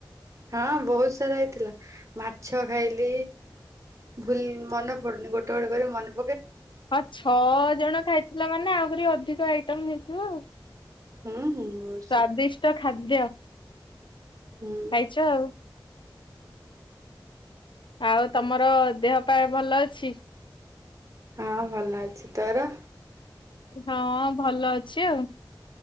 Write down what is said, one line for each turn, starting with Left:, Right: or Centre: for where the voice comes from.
Right: ହଁ ବହୁତ ସାରା ହେଇଥିଲା, ମାଛ ଖାଇଲି-ଇ ଭୁଲ୍ ମନେ ପଡୁନି ଗୋଟ୍ <unintelligible> ମନ
Left: ହଁ ଛଅ-ଅ ଜଣ ଖାଇଥିଲ ମାନେ ଆହୁରି ଅଧିକ ଆଇଟମ ହେଇ ହୁଁ।
Right: ହୁଁ ହୁଁ। ବହୁତ ସାରା
Left: ସ୍ଵାଦିଷ୍ଟ ଖାଦ୍ୟ।
Right: ହୁଁ।
Left: ଖାଇଚ ଆଉ। ଆଉ ତମର-ଅ ଦେହ ପା ଭଲ ଅଛି?
Right: ହଁ ଭଲ ଅଛି, ତୋର?
Left: ହଁ-ଅ ଭଲ ଅଛି ଆଉ,